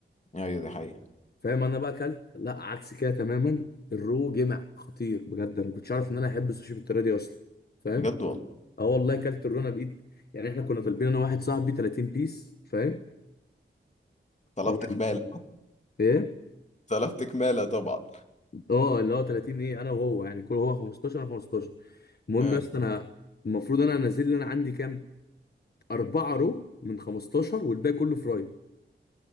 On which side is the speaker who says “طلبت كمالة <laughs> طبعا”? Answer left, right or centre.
Left